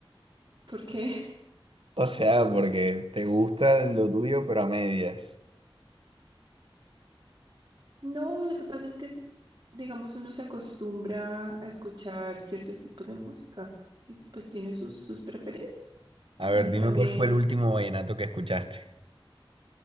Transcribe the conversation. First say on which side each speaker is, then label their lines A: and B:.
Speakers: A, on the right; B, on the right.
A: por qué
B: O sea, porque te gusta lo tuyo, pero a medias.
A: No, lo que pasa es que es, digamos, uno se acostumbra a escuchar ciertos tipos de música y pues tiene sus, sus preferencias.
B: A
A: Y
B: ver, dime
A: también,
B: cuál fue el último vallenato que escuchaste.